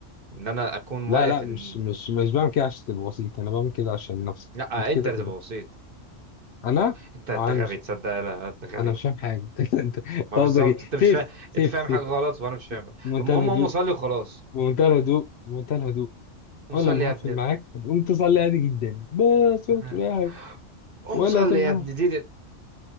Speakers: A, on the right (about 50°); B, on the left (about 65°).
A: ان انا اكون
B: لا
A: واقف
B: لا مش
A: ان
B: مش مش بعمل كده عشان تبقى بسيط انا بعمل كده عشان نفسك
A: لا
B: انت كده
A: انت اللي
B: كده
A: تبقى وسيط
B: انا
A: انت انت
B: انا
A: غبي
B: مش
A: تصدق لا انت غبي
B: انا مش فاهم حاجه <laughs> انت أنت
A: ما
B: قصدك
A: بالظبط
B: ايه
A: انت مش
B: سيف
A: فاهم
B: سيف
A: انت فاهم
B: سيف
A: حاجه غلط وانا مش فاهم
B: بمنتهى
A: المهم
B: الهدوء
A: هم صلي وخلاص
B: بمنتهى الهدوء بمنتهى الهدوء
A: قوم
B: اول
A: صلي
B: لما
A: يا
B: هقفل
A: ابن ال...
B: معاك هتقوم تزعل لي عادي جدا بس
A: <laughs>
B: ولا تقول اي حاجه
A: قوم
B: ولا
A: صلي
B: هتمنعها
A: يا ابن دين ال...